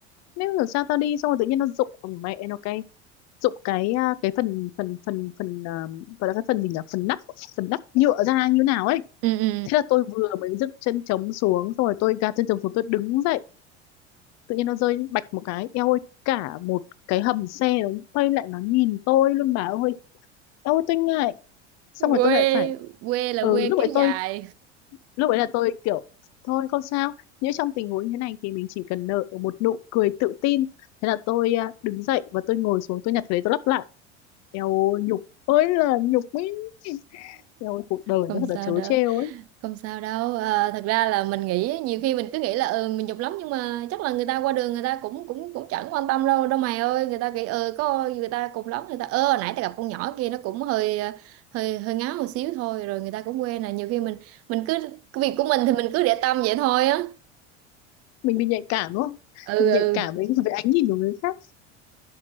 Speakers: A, on the left; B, on the right.
A: nếu là sao tao đi xong rồi tự nhiên nó rụng ừ, mẹ nó cái rụng cái à, cái phần phần phần phần à, gọi là cái phần gì nhỉ phần nắp phần nắp nhựa ra như nào ấy
B: ừ ừ
A: thế là tôi vừa mới dựng chân chống xuống xong rồi tôi gạt chân chống xuống tôi đứng dậy tự nhiên nó rơi bạch một cái eo ơi cả một cái hầm xe nó quay lại nó nhìn tôi luôn bà ơi eo ơi tôi ngại xong rồi
B: quê
A: tôi lại phải
B: quê là
A: ừ
B: quê
A: lúc
B: kéo
A: ấy tôi
B: dài
A: lúc ấy là tôi kiểu thôi không sao nếu trong tình huống như thế này thì mình chỉ cần nở một nụ cười tự tin thế là tôi à, đứng dậy và tôi ngồi xuống tôi nhặt cái đấy tôi lắp lại eo ơi, nhục ơi là nhục ấy eo ơi, cuộc đời
B: không
A: nó thật
B: sao
A: là trớ
B: đâu
A: trêu ấy
B: không sao đâu à, thật ra là mình nghĩ nhiều khi mình cứ nghĩ là ừ, mình nhục lắm nhưng mà chắc là người ta qua đường người ta cũng cũng cũng chẳng quan tâm đâu đâu mày ơi người ta nghĩ ờ có người ta cùng lắm người ta ơ nãy ta gặp con nhỏ kia nó cũng hơi ờ, hơi hơi ngáo một xíu thôi rồi người ta cũng quên là nhiều khi mình mình cứ cái việc của mình thì mình cứ để tâm vậy thôi á
A: mình bị nhạy cảm đúng không
B: ừ
A: mình
B: ừ
A: nhạy cảm với <laughs> với ánh nhìn của người khác